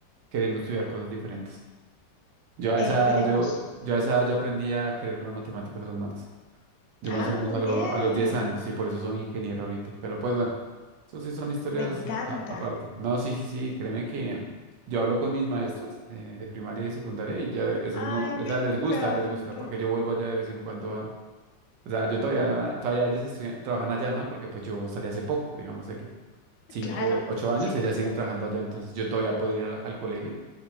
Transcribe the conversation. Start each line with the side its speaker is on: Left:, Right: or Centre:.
Right: queriendo estudiar cosas diferentes. Yo a
Left: Eh,
Right: esa,
Left: esperemos.
Right: yo, yo a esa, edad, yo aprendí a querer las matemáticas a las malas. Yo
Left: Ah,
Right: más o menos
Left: muy
Right: a, lo-
Left: bien.
Right: a los 10 años, sí, por eso soy ingeniero ahorita. Pero pues bueno, eso sí son historias
Left: Me encanta.
Right: a- aparte. No, sí, sí, sí, créeme que yo hablo con mis maestras de, de primaria y secundaria y ya eso
Left: Ay,
Right: no, o
Left: me
Right: sea,
Left: encanta.
Right: les gusta, les gusta, porque yo vuelvo allá de vez en cuando a, o sea, yo todavía, todavía ellas estudian- trabajan allá, ¿no? Porque pues yo salí hace poco, digamos de que cinco
Left: Claro,
Right: 8 años,
Left: sí.
Right: ellas siguen trabajando allá, entonces yo todavía puedo ir al al colegio